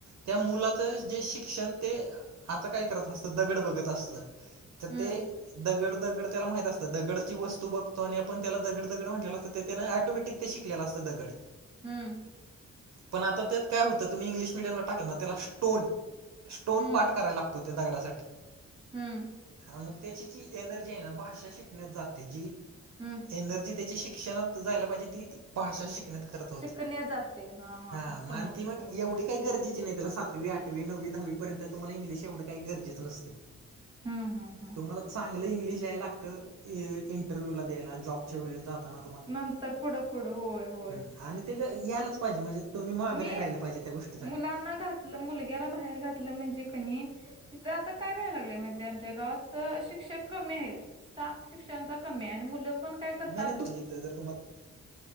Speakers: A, on the right (about 60°); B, on the right (about 15°).
A: त्या मुलाचं जे शिक्षण ते आता काय करत असतं दगड बघत असतं. तर
B: हम्म
A: ते दगड दगड त्याला माहित असत. दगडची वस्तू बघतो आणि आपण त्याला दगड दगड म्हणलेला असत ते त्याने ऑटोमॅटिक ते शिकलेलं असतं दगड.
B: हम्म!
A: पण आता त्यात काय होतं तुम्ही इंग्लिश मिडयमला टाकलं ना त्याला स्टोन. स्टोन
B: हम्म
A: पाठ करायला लागतो त्या दगडासाठी
B: हम्म.
A: मग त्याची जी एनर्जी आहे ना भाषा शिकण्यात जाते जी
B: हम्म
A: एनर्जी त्याची शिक शिक्षनात जायला पाहिजे. ती भाषा शिकण्यात करत होती
B: शिकण्या जाते
A: हा
B: समजलं
A: माणती मग
B: समजलं
A: एवढी काही गरजेची नाही त्याला सातवी आठवी नववी दहावीपर्यंत तुमला इंगलिश एवढं काही गरजेचं नसते.
B: हम्म हम्म हम्म
A: तुम्हाला सांग चग इंग्लिश याय लागत इंटरव्ह्यू ला दयला जॉबच्या वेळेस जाताना.
B: नंतर पुढं पुढं होय हो.
A: हम आणि ते ग यायलाच पाहिजे म्हणजे तुम्ही माग
B: मी
A: नाही राहिलं पाहिजे त्या गोष्टीसाठी.
B: मुलांना घातलं मुलग्याला बाहेर घातलं म्हणजे कनी. तिथं आता काय व्यायला लागलंय म्हण आमच्या गावात शिक्षक कमी आहेत. स्टाफ शिक्षणाचा कमी आहे आणि मुलं पण काय करतात
A: नाही नाही तु जर तुम्हाला.